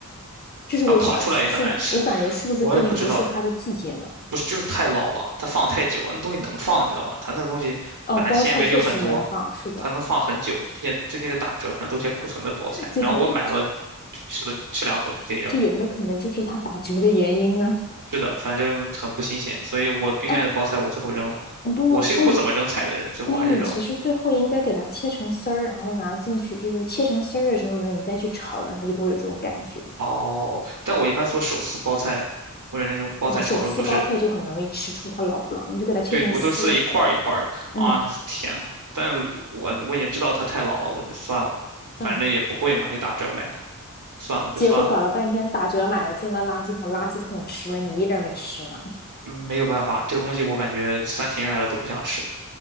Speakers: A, on the left; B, on the right.
A: 这是为什么啊是是，
B: 然后烤出来也很难吃。
A: 我感觉是不是最近不是它的季节呢？
B: 我也不知道，不是就是太老了，它放太久了，那东西能放，你知道吧？它那个东西本来纤维就很多，
A: 哦，包菜确实能放，是的，
B: 它能放很久，并且最近在打折，可能都是些库存的包菜。
A: 最近
B: 然后我买了，
A: <laughs> 这
B: 就吃了吃两口就得扔。
A: 这有没有可能就是它打折的原因呢？
B: 是的，反正很不新鲜，所以我冰箱里的包菜我最后扔了。
A: 哎，不不，
B: 我是一个不怎么扔菜的人，
A: 那你
B: 所以我还是扔了。
A: 那你其实最后应该给它切成丝儿，然后拿进去，就是切成丝儿了之后，然后你再去炒，然后它就不会有这种感觉。
B: 哦，但我一般做手撕包菜或者那种包菜炒肉都是，
A: 然后手撕包菜就很容易吃出它老不老，你就给它切成丝，
B: 对，我都撕一块儿一块儿的。
A: 嗯，
B: 啊，天呐，但我我已经知道它太老了，我就算了吧，
A: 嗯，
B: 反正也不贵嘛，也打折买的。算了，就算了。
A: 结果搞了半天打折买了，进了垃圾桶，垃圾桶吃了，你一点儿没吃啊！
B: 嗯，没有办法，这个东西我感觉三体人来了都不想吃。